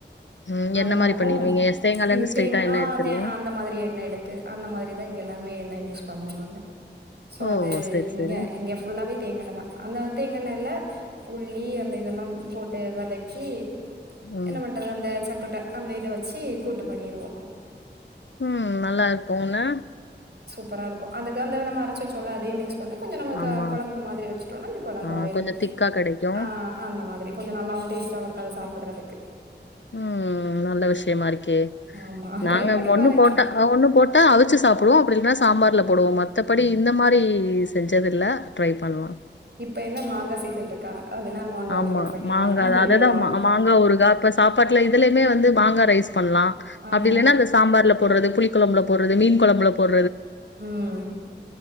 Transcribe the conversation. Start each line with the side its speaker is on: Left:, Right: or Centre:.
Left: ம்
Right: ஆ
Left: என்ன
Right: அதனால
Left: மாரி பண்ணிருவீங்க
Right: ச்ச
Left: தேங்கால இருந்து
Right: இ
Left: ஸ்ட்ரைட்டா
Right: தேங்கா
Left: எண்ணெ
Right: ஆ
Left: எடுத்துருவீங்க
Right: தே ஆ அந்த மாதிரி எண்ணெய் எடுத்து அந்த மாதிரிதா இங்க எல்லாருமே எண்ணெய் யூஸ் பண்ணுவாங்க சோ
Left: ஓ
Right: அது
Left: சரி
Right: இங்க
Left: சரி
Right: இங்க ஃபுல்லாவே தேங்கண்ணைதா அந்த தேங்கண்னைல உள்ளி அந்த இதெல்லா போட்டு வதக்கி
Left: ம்
Right: என்ன பண்றது அந்த ச கூட்ட அந்த இத வச்சு கூட்டு பண்ணிருவோ
Left: உஹ்ம் நல்லாருக்கு உன
Right: ப்பரா இருக்கு அதுக்கு வந்து நம அரைச்ச வச்சோல்ல அதே மிக்ஸ் கொண்ட கொஞ்ச நமக்கு
Left: ஆமா
Right: கொழம்பு மாதிரி வச்சிட்சோ னா அது கொழம்பாயிரு
Left: ஆ கொஞ்சோ திக்கா கெடைக்கு
Right: ஆஹ் அந்த மாதிரி கொஞ்ச நல்லாவு டேஸ்டாவு அத சாப்புட்றதுக்கு
Left: உம் நல்ல விஷயமா இருக் கே
Right: ஆமா
Left: நாங்க
Right: ட்ரை பண்ணி
Left: ஒண்ணு
Right: பாருங்க
Left: போட்டா ஒண்ணு போட்டா அவிச்சு சாப்புடுவோ அப்டி இல்லைன்னா சாம்பார்ல போடுவோ மத் மத்தபடி
Right: ஆமா
Left: இந்த மாரி ரி சஞ் ஞசதுல்ல ட்ரை பண்லா
Right: இப்ப என்ன மாங்கா சீசன் இருக்கா அதுலனா மாங்கா
Left: ஆமா
Right: ஊறுகா பண்ணிர்லா
Left: மாங்கா
Right: அது
Left: தா அததா
Right: ஏதாவது
Left: ம
Right: ஒன்னு
Left: மாங்கா ஊறுகா இப்ப சாப்பாட்டுல இதுலயுமே வந்து மாங்கா ரைஸ் பண்ணலா
Right: ஆமா
Left: அப்டி இல்லன்னா அந்த சாம்பார்ல போடுறது புளி கொழம்புல போர்றது மீன் கொழம்புல போர்ற
Right: உம்